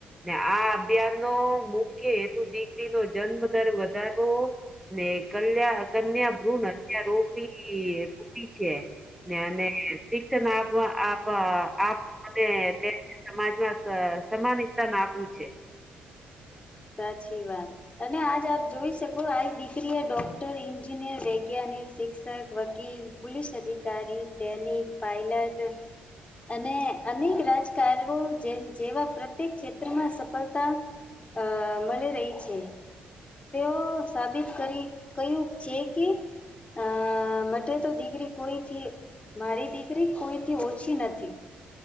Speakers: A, in the centre; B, on the left.
A: ને આ અભિયાન નો મુખ્ય હેતુ દીકરી નો જન્મદર વધારવો. ને કલ્યા કન્યા ભ્રૂણ હત્યા રોપી રોપી છે. ને અને શિક્ષણ આપ આપ આપ. અને તેમને સમાજમાં અ સમાન સ્થાન આપવું છે.
B: સાચી વાત. અને આજ આપ જોઈ શકો આ દીકરીએ ડોક્ટર એન્જિનિયર વૈજ્ઞાનિક શિક્ષક વકીલ. પુલીસ અધિકારી સૈનિક પાયલટ. અને અનેક રાજકાર્યો જે જેવા પ્રત્યેક ક્ષેત્રમાં સફળતા. અ મળી રહી છે. તેઓ સાબિત કરી કહ્યું છે કે. અ મટે તો દીકરી કોઈથી મારી દીકરી કોઈથી ઓછી નથી.